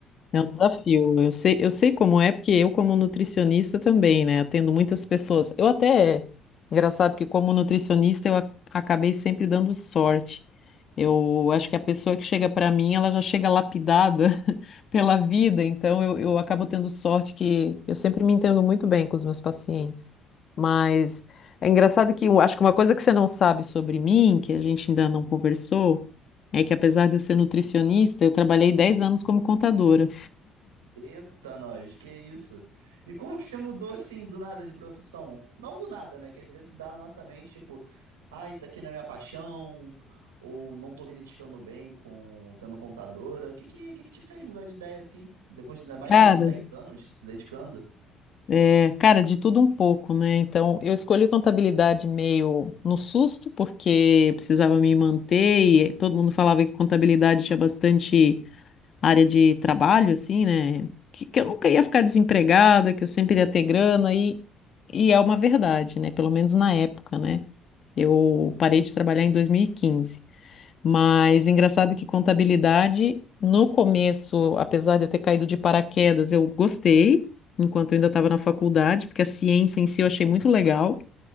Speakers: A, on the left (about 50°); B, on the right (about 85°).
A: É um desafio. Eu sei, eu sei como é, porque eu, como nutricionista, também, né? Atendo muitas pessoas. Eu até. Engraçado que, como nutricionista, eu a- acabei sempre dando sorte. Eu acho que a pessoa que chega para mim, ela já chega lapidada <laughs> pela vida, então eu, eu acabo tendo sorte que eu sempre me entendo muito bem com os meus pacientes. Mas é engraçado que eu acho que uma coisa que você não sabe sobre mim, que a gente ainda não conversou, é que apesar de eu ser nutricionista, eu trabalhei 10 anos como contadora.
B: Eita, nós, que isso? E como que você mudou assim do nada de profissão? Não do nada, né? Que às vezes dá na nossa mente, tipo, ah, isso aqui não é minha paixão, ou não tô me identificando bem com sendo contadora. O que que, que que te fez mudar de ideia assim? Depois, ainda mais
A: Cara,
B: depois de 10 anos se dedicando
A: é, cara, de tudo um pouco, né? Então, eu escolhi contabilidade meio no susto, porque eu precisava me manter e todo mundo falava que contabilidade tinha bastante área de trabalho, assim, né? Que, que eu nunca ia ficar desempregada, que eu sempre ia ter grana, e, e é uma verdade, né? Pelo menos na época, né? Eu parei de trabalhar em 2015. Mas engraçado que contabilidade, no começo, apesar de eu ter caído de paraquedas, eu gostei, enquanto eu ainda estava na faculdade, porque a ciência em si eu achei muito legal.